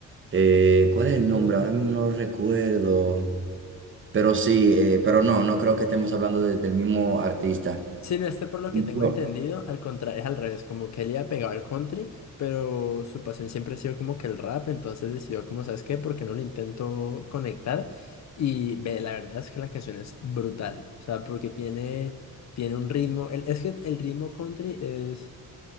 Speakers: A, on the right; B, on the left.
A: Eh, ¿cuál es el nombre? Ahora mismo no lo recuerdo. Pero sí, eh, pero no, no creo que estemos hablando de- del mismo artista.
B: Sin este, por lo que tengo
A: Yo-
B: entendido, al contrario, es al revés, como que él iba pegado al country, pero su pasión siempre ha sido como que el rap, entonces decidió como, ¿sabes qué? ¿Por qué no lo intento conectar? Y ve, la verdad es que la canción es brutal, o sea, porque tiene, tiene un ritmo, el- es que el ritmo country es...